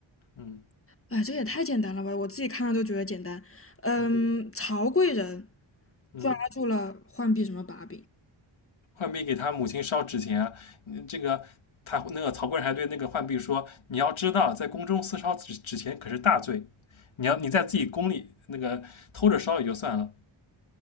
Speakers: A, on the left; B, on the left.
A: 嗯
B: 哎，这也太简单了吧，我自己看了都觉得简单。嗯，
A: 嗯
B: 曹贵人
A: 嗯，
B: 抓住了浣碧什么把柄？
A: 浣碧给他母亲烧纸钱啊嗯这个他那个曹刿还对那个浣碧说：“你要知道，在宫中私烧纸纸钱可是大罪，你要你在自己宫里那个偷着烧也就算了，